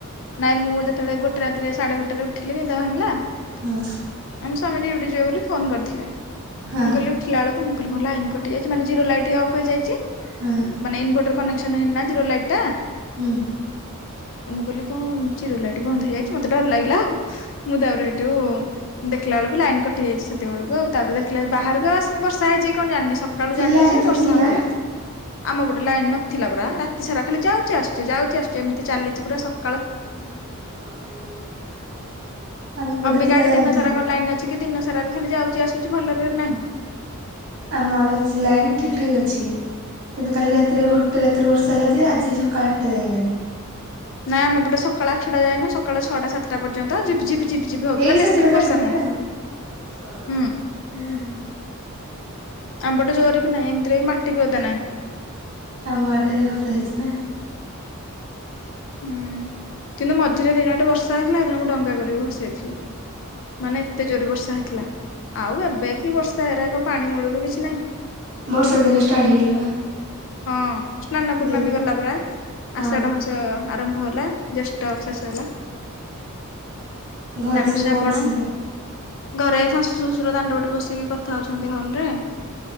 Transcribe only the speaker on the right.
ହଁ
ହଁ
ହୁଁ।
ହୁଁ।
ସେ
ଲାଇନ
ତ
ଥିଲା
<unintelligible> ଆମ ପଟେ
ଥିଲା
ଲାଇନ
ଥିଲା
ଆମ ଆଡ଼େ ଅଛି ଲାଇନ୍ ଠିକ୍ ଠାକ୍ ଅଛି କିନ୍ତୁ କାଲି ରାତିରେ
ଗୋ ଗୋଟେ ରାତି ରୁ ବର୍ଷା ହେଲା ଯେ ଆଜି ସକାଳ ଆଠଟା <unintelligible>
ଏଇ ସାତଟା
ସାଢେ
ସାତଟା
ଆଉ <unintelligible>
ଆମ ଆଡ଼େ ଓଦା ହେଇଛି ନା।
ବର୍ଷା ଦିନ ଷ୍ଟାର୍ଟ ହେଇଗଲା ବା।
ଡେଲି
ହଁ
ଘରେ
ସବୁ
କଣ କରୁଛନ୍ତି?